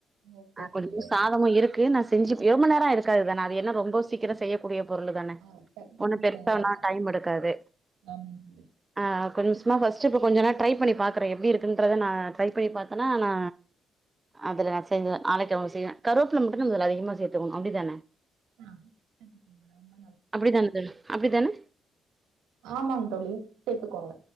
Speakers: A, on the right; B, on the right.
A: ஓகே தம்பி
B: கொஞ்ச
A: ஓகே
B: சாதமு இரு க்கு நா செஞ்ச ரொம்ப நேரோ ஆயிருக்காது தான அது என்ன ரொம்ப சீக்கிரோ செய்யக்கூடிய பொருளுதான
A: ஆ டக்குன்னு
B: ஒண்ணு பெருசா
A: செய்யறதுதா
B: ஒன்னு டைம் எடுக்காது
A: ஆமாங்க தம்பி
B: அ கொஞ்சம்மா ஃபர்ஸ்ட்டு இப்போ கொஞ்ச நா ட்ரை பண்ணி பாக்கற எப்டி இருக்குன்றத நா ட்ரை பண்ணி பாத்தனா நா அதில நா செஞ்ச நாளைக்கு அவுங்களுக்கு செய்வன் கருவேப்பில மட்டு நம்ம அதில் கொஞ்சோ அதிகமா சேத்துக்கணு அப்டிதான
A: ஆ சேத்துக்கோங்க ரொம்ப
B: அப்டிதான தோழி அப்டிதான
A: ஆமாங் தோழி சேத்துகோங்க